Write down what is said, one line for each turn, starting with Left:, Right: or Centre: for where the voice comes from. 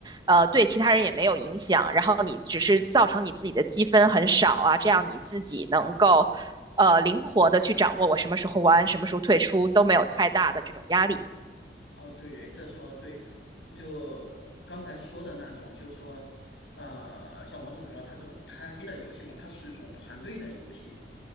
Right: 呃，对其他人也没有影响。然后你只是造成你自己的积分很少啊，这样你自己能够呃灵活的去掌握我什么时候玩，什么时候退出，都没有太大的这种压力。
Left: 哦，对对，这说对，就刚才说的那种，就是说。呃，像王者荣耀它这种开黑的游戏嘛，它是一种团队的游戏，